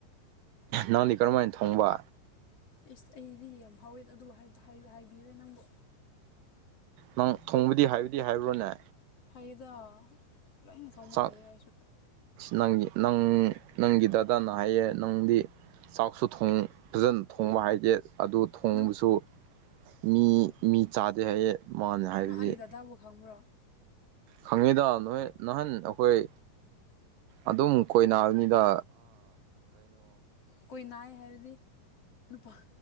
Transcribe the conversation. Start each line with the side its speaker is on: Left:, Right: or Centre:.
Right: ꯅꯪꯗꯤ ꯀꯔꯝ ꯍꯥꯏꯅ ꯊꯣꯡꯕ
Left: ꯏꯁ ꯑꯩꯗꯤ ꯌꯥꯝ ꯍꯥꯎꯋꯦꯗ ꯑꯗꯨ ꯍꯥꯏꯕꯤꯔꯥ ꯅꯪꯕꯨ
Right: ꯅꯪ ꯊꯣꯡꯕꯗꯤ ꯍꯥꯏꯕꯨꯗꯤ ꯍꯥꯏꯕ꯭ꯔꯣꯅꯦ
Left: ꯍꯩꯗ ꯂꯣꯏꯅ ꯁꯪꯕ
Right: ꯆꯥꯛ
Left: ꯍꯩꯌꯦ ꯍꯥꯏꯁꯨ
Right: ꯅꯪꯒꯤ ꯅꯪ ꯅꯪꯒꯤ ꯗꯗꯥꯅ ꯍꯥꯏꯌꯦ ꯅꯪꯗꯤ ꯆꯥꯛꯁꯨ ꯊ ꯐꯖꯅ ꯊꯣꯡꯕ ꯍꯥꯏꯗꯤꯦ ꯑꯗꯨ ꯊꯣꯡꯕꯁꯨ
Left: ꯅꯪ
Right: ꯃꯤ ꯃꯤ ꯆꯥꯗꯦ ꯍꯥꯏꯌꯦ ꯃꯥꯅ ꯍꯥꯏꯕꯗꯤ
Left: ꯅ ꯑꯩ ꯗꯗꯥꯕꯨ ꯈꯪꯕ꯭ꯔꯣ
Right: ꯈꯪꯉꯤꯗ ꯅ ꯅꯍꯥꯟ ꯑꯩꯈꯣꯏ ꯑꯗꯨꯝ ꯀꯣꯏꯅꯥꯕꯅꯤꯗ
Left: ꯀꯣꯏ ꯅꯥꯏ ꯍꯥꯏꯕꯗꯤ ꯅꯨꯄꯥ